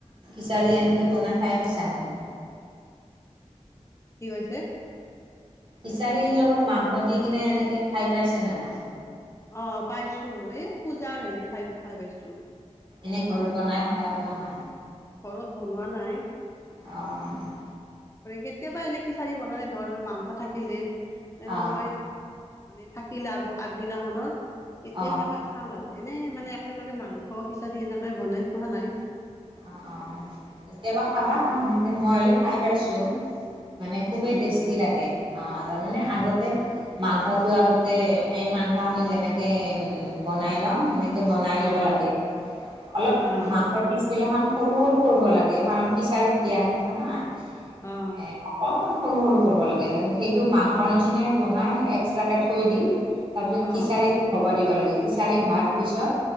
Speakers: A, on the right; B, on the left.
A: খিচাৰী এনেকে বনাই খাই পাইছা নে নাই?
B: কি কৈছে?
A: খিচাৰীৰ লগত মাংস দি কিনে, এনেকে খাই পাইছে নে নাই?
B: অ'! পাইছোঁ। এ, পূজাৰ হেৰি খাই -খাই পাইছোঁ।
A: এনেই ঘৰত বনাই খাই পোৱা নাই?
B: ঘৰত বনোৱা নাই।
A: অ'!
B: কেতিয়াবা, এনে খিচাৰি বনালে ধৰ, মাংস থাকিলে, এনেকৈ
A: অ
B: মানে, থাকিলে আগ আগদিনাখনৰ। তেতিয়া,
A: অ
B: সেনেকৈ খাওঁ আৰু। এনেই মানে, একেলগে মাংস খিচাৰী এনেকে বনাই খোৱা নাই।
A: অ' অ'! কেতিয়াবা খাবা
B: অঁ
A: হা? সেনেকে মই হ'লে খাই পাইছোঁ। মানে, খুবেই
B: হয়
A: টেষ্টি
B: নেকি
A: লাগে। অ'! তাৰমানে, আগতে মাংসটো আগতে, এই মাংস আমি যেনেকে বনাই লওঁ, সেনেকে বনাই
B: অঁ
A: ল'ব লাগে। অলপ
B: অঁ
A: মাংস পিচ বিলাখন সৰু- সৰু কৰিব লাগে। কাৰণ, খিচাৰীত দিয়া নাই।
B: অঁ
A: এ, অকণমান সৰু -সৰু কৰিব লাগে। সেইটো মাংস নিছিনাই বনাই। এক্সট্ৰাকে থৈ দি, তাৰপিছত,
B: অঁ
A: খিচাৰীটো হ'ব দিব লাগে। খিচাৰী হোৱাৰ পিছত,